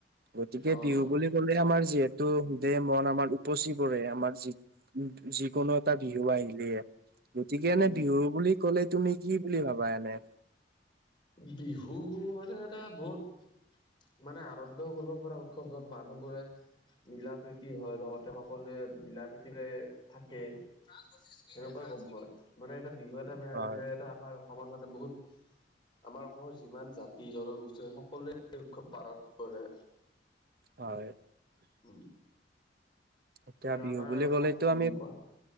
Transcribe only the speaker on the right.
গতিকে
বিহু বুলি ক'লে তে আমাৰ যিহেতু দেহ মন আমাৰ উপচি পৰে আমাৰ যি যিকোনো এটা বিহু আহিলে এয়া। গতিকে এনে
বিহু বুলি ক'লে তুমি কি বুলি ভাবা এনে?
হয়
হয়।
এতিয়া
বিহু
বুলি
ক'লেতো
আমি